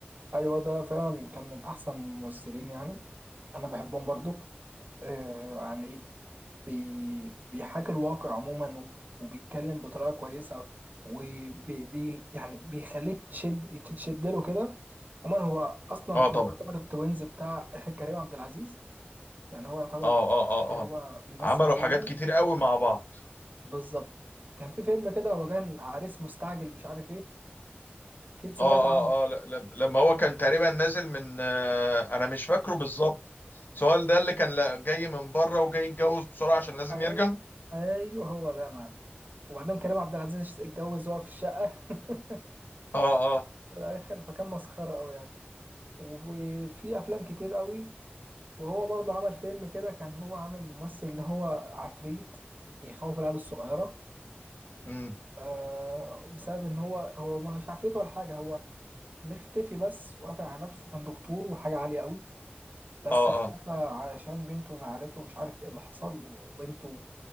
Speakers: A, on the right; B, on the left.
A: ايوه ده فعلا كان من احسن الممثلين يعني انا بحبهم برضك آه عن ايه بي بيحاكي الواقع عموما و- وبيتكلم بطريقه كويسه وبي بي يعني بيخليك تشد تتشد له كده عموما هو اصلا
B: اه طبعا
A: هو يعتبر التوينز بتاع <laughs> كريم عبد العزيز يعني هو يعتبر
B: اه اه اه
A: اللي
B: اه
A: هو بيمثل
B: عملوا
A: معاه
B: حاجات
A: دايما
B: كتير قوي مع بعض
A: بالظبط كان في فيلم كده هو كان عريس مستعجل مش عارف ايه اكيد سمعت
B: اه اه
A: عنه
B: اه لا لا- لما هو كان تقريبا نازل من آه انا مش فاكره بالظبط سؤال ده اللي كان لا- جاي من بره وجاي يتجوز بسرعة عشان لازم
A: اي
B: يرجع
A: ايوه هو ده يا معلم وبعدين كريم عبد العزيز اتجوز وهو في الشقه <laughs>
B: اه اه
A: في الاخر فكان مسخره قوي يعني وفي افلام كتير قوي وهو برضو عمل فيلم كده كان هو عامل ممثل ان هو عفريت يخوف العيال الصغيره
B: امم
A: آه بسبب ان هو هو مش عفريت ولا حاجه هو مختفي بس وقافل على نفسه كان دكتور وحاجه عاليه قوي بس
B: اه
A: اختفى
B: اه
A: علشان بنته زعلته ومش عارف ايه اللي حصل وبنته